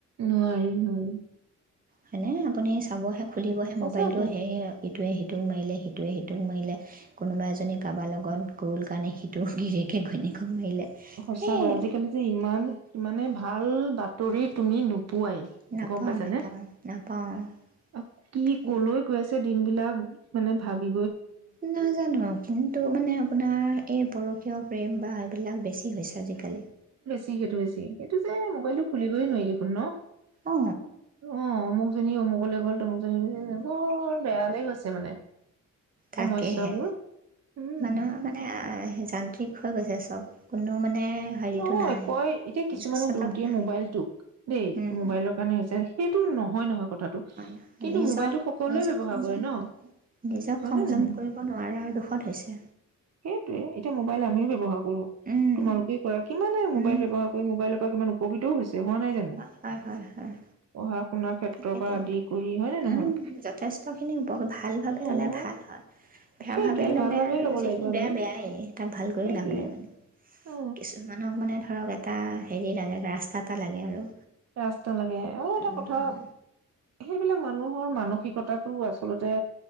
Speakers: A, on the right; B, on the right.
A: নোৱাৰি-নোৱাৰি।
B: হয়নে? আপুনি চাবহে খুলিবহে
A: সঁচাকৈ
B: মোবাইলটো হেৰি ইটোৱে-সিটোক মাৰিলে সিটো টোৱে-সিটোত মাৰিলে কোনোবা এজনী কাৰোবাৰ লগত গ'ল কাৰণে সিটো গিৰেকে ঘৈণীয়েকক মাৰিলে।
A: সঁচাকৈ
B: সেই
A: আজিকালি যে ইমান মানে ভাল ব বঁতৰি তুমি পোৱাই,
B: নাপাওঁ
A: গম পাইছ
B: নাপাওঁ
A: নে?
B: নাপাওঁ
A: অ', কি
B: খালি
A: কলৈ গৈ আছ দিন বিলাক মানে ভাবি
B: নাজানো। কিন্তু মানে আপোনাৰ এই পৰকীয় প্ৰেম বা এইবিলাক বেছি বেছি হৈছে আজিকালি।
A: যি সেইটো বেছি। তটো যে মোবাইলটো খুলিবৈ নোৱাৰি শূন্য
B: অ
A: অ অমুকজনী অমুকলৈ গ'ল মোৰ বেয় লে গৈছে মানে
B: তাকেহে
A: সমস্যাবোৰ উম
B: মানুহৰ মানে আহ যান্ত্ৰিক হৈ গৈছে চব কোনো মানে হেৰিটো
A: নহয়
B: নাই
A: কয় এতিয়া কিছুমানে
B: নিজস্বতাটো
A: দুখ দিয়ে
B: নাই
A: মোবাইলটোক দেই
B: উম,
A: মোবাইলৰ কাৰণে হৈছে সেই হয় নহয় কথাটো
B: নহয়
A: কিন্তু
B: নিজক
A: মোবাইলতটো সকলোৱে
B: নিজক
A: ব্যৱহাৰ
B: সংযম
A: কৰে ন
B: নিজক
A: হয়
B: সংযম
A: ন নহয়
B: কৰিব নোৱাৰাৰ দুখত হৈছে
A: সেইটয়ে এতিয়া মোবাইল আমিও ব্য্ৱহাৰ কৰো
B: উম,
A: তোমালোকে কিমানে মোবাইল
B: উম,
A: ব্যৱহাৰ কৰি মোবাইলত কিমান উপকৃতও হৈছে হোৱা নাই জানো
B: হয় হয় হয়
A: পঢ়া শুনাৰ ক্ষেত্ৰৰ
B: তাকেতো
A: পৰা আদি কৰি হয় নে নহয়
B: উম যথেষ্ট খিনি উপকাৰ ভাল ভাবেে
A: অ
B: ললে ভাল হয় বেয়া
A: সেইটোৱে
B: ভাবেে ললে
A: ভাল ভাবে
B: আৰু
A: ল'ব
B: যিখিনি
A: লাগিব আমি
B: বেয়া বেয়াই তাক ভাল কৰি
A: সেইটোৱে
B: লাভ নাই মানে
A: অ
B: কিছুমান আপনাক মানে ধৰক এটা হেৰি লাগে ৰাস্তা এটা লাগে আৰু
A: ৰাস্তা লাগে অ এটা
B: উম,
A: কথা সেইবিলাক মানুহৰ মানসিকতাটো আচলতে